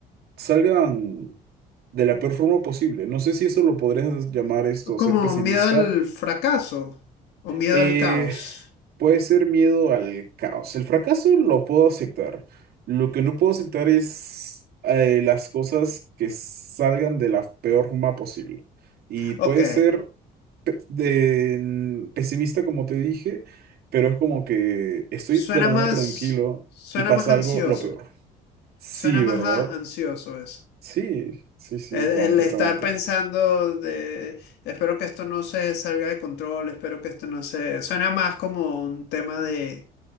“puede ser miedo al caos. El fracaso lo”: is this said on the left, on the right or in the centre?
Right